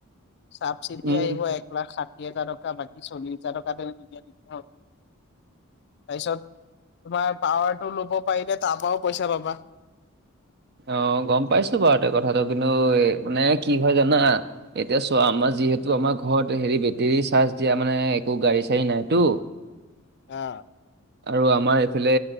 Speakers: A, on the left; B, on the right.
A: চাব চিতি
B: উম
A: আহিব প্লাছ ষাঠি হাজাৰ টকা বাকী চল্লিছ হাজাৰ টকা নিয়িলে তাৰপিছত তোমাৰ পাৱাৰ টো ল'ব পাৰিলে তাৰ পৰাওঁ পইচা পাবা।
B: অ' গ'ম পাইছো বাৰু ত কথাটো, কিন্তু এই মানে কি হয় জানা এতিয়া চোৱা আমাৰ যিহেতু আমাৰ ঘৰত হেৰি বেটেৰী চাৰ্জ দিয়া মানে একো গাড়ী চাড়ী নাইতো
A: অ,
B: আৰু আমাৰ এইফালে